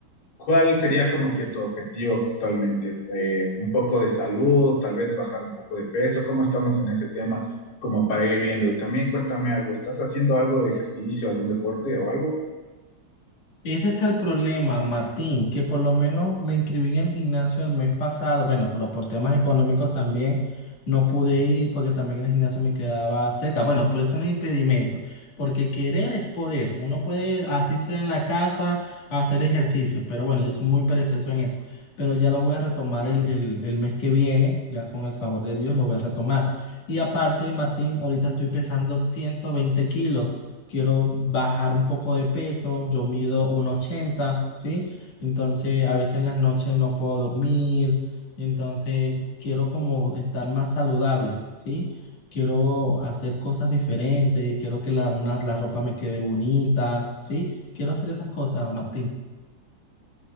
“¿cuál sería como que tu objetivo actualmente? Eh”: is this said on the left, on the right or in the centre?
Left